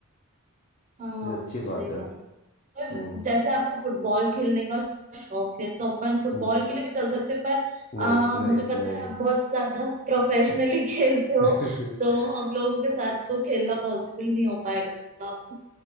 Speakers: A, on the right; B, on the left.
A: आएगा।
B: तो
A: हाँ
B: ये अच्छी
A: तो सही
B: बात है
A: बात है।
B: हम्म
A: पर जैसे आपको फुटबॉल खेलने का शौक है तो अपन फुटबॉल
B: हम्म
A: के लिए भी चल सकते हैं, पर
B: नहीं
A: आ,
B: नहीं
A: मुझे पता है आप बहुत ज्यादा प्रोफेशनली <laughs> खेलते हो
B: नहीं
A: तो
B: <laughs>
A: हम लोगों के साथ तो खेलना पॉसिबल नहीं हो पाएगा आपका